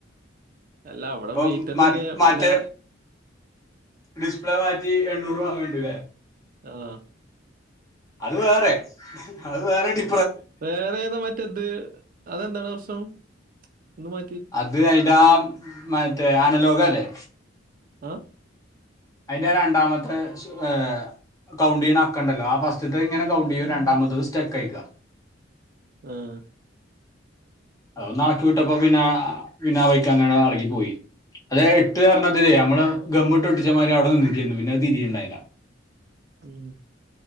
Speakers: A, on the right (about 45°); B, on the left (about 20°).
A: അല്ല അവിടെ
B: അപ്പം
A: മീറ്ററിന്റെ
B: മാറ്റം
A: ഒക്കെ
B: മാറ്റേ
A: അല്ല
B: ഡിസ്പ്ലേ മാറ്റി എണ്ണൂറ് വാങ്ങിണ്ടല്ലേ
A: ആഹ്
B: അത് വേറെ അത് വേറെ ഡി
A: വേറേതാ മറ്റേത് അതെന്താണ് പ്രശ്നം ഒന്ന് മാ
B: അത് അയ്ന്റാ മറ്റേ അനലോഗല്ലേ
A: ആഹ്
B: അയിന്റെ രണ്ടാമത്തെ ശു ഏഹ് കൗണ്ട് ചെയ്യണാക്കണ്ടല്ലാ ആ ഫസ്റ്റത്തെങ്ങനെ കൗണ്ട് ചെയ്യും രണ്ടാമത്തത് സ്റ്റക്കായിക്ക
A: ആഹ്
B: അതൊന്ന് എളക്കി വിട്ടപ്പോ പിന്നെ പിന്നാ വയ്ക്കങ്ങടെ എളകി പോയി അതെ എട്ട് <unintelligible> അമ്മള് ഗമ്മിട്ട് ഒട്ടിച്ചമാരി അവിടന്ന് നി <unintelligible> പിന്നത് തിരിയുണ്ടായില്ല
A: ഉം